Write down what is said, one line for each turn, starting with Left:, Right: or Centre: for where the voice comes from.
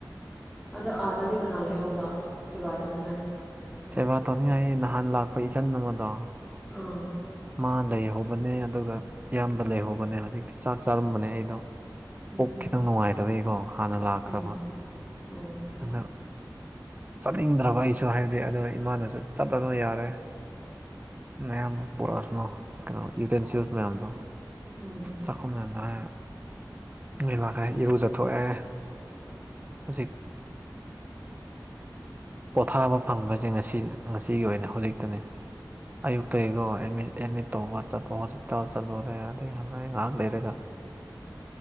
Centre: ꯑꯗꯣ ꯑꯥꯗꯗꯤ ꯀꯅꯥ ꯂꯩꯍꯧꯕ ꯁꯦꯕꯥ ꯇꯧꯅꯤꯡꯉꯥꯏ
Right: ꯁꯦꯕꯥ ꯇꯧꯅꯤꯡꯉꯥꯏ ꯅꯍꯥꯟ ꯂꯥꯛꯄ ꯏꯆꯟ ꯑꯃꯗꯣ
Centre: ꯑꯥ
Right: ꯃꯥ ꯂꯩꯍꯧꯕꯅꯦ ꯑꯗꯨꯒ ꯏꯌꯥꯝꯕ ꯂꯩꯍꯧꯕꯅꯦ ꯍꯧꯖꯤꯛꯇꯤ ꯆꯥꯛ ꯆꯥꯔꯝꯕꯅꯦ ꯑꯩꯗꯣ
Centre: ꯎꯝ
Right: ꯑꯣꯛ ꯈꯤꯇꯪ ꯅꯨꯡꯉꯥꯏꯇꯕꯒꯤꯀꯣ ꯍꯥꯟꯅ ꯂꯥꯛꯈ꯭ꯔꯕ
Centre: ꯎꯝ ꯑꯣ
Right: ꯑꯗ ꯆꯠꯅꯤꯡꯗ꯭ꯔꯕ ꯑꯩꯁꯨ ꯍꯥꯏꯕꯗꯤ ꯑꯗꯣ ꯏꯃꯥꯅꯁꯨ ꯆꯠꯂꯅꯨ ꯌꯥꯔꯦ ꯃꯌꯥꯝ ꯑꯃ ꯑꯃ ꯄꯨꯔꯛꯑꯁꯅꯨ ꯀꯩꯅꯣ ꯌꯨꯇꯦꯟꯁꯤꯜꯁ ꯃꯌꯥꯝꯗꯣ
Centre: ꯎꯝ
Right: ꯆꯥꯛꯈꯨꯝ ꯃꯌꯥꯝꯗꯣ ꯍꯥꯏꯔ ꯃꯦꯂꯈ ꯏꯔꯨ ꯆꯊꯣꯛꯑꯦ ꯍꯧꯖꯤꯛ ꯄꯣꯊꯥꯕ ꯐꯪꯕꯁꯦ ꯉꯁꯤ ꯉꯁꯤꯒꯤ ꯑꯣꯏꯅ ꯍꯧꯖꯤꯛꯇꯅꯤ ꯑꯌꯨꯛꯇꯒꯤ ꯑꯩꯒꯣ ꯑꯦꯗꯃꯤꯠ ꯇꯧꯕꯒ ꯆꯠꯄ ꯍꯣꯁꯄꯤꯇꯥꯜ ꯆꯠꯂꯨꯔꯦ ꯑꯗꯗꯒꯤ ꯍꯥꯟꯅꯛ ꯉꯥꯏꯍꯥꯛ ꯂꯩꯔꯒ
Centre: <inaudible>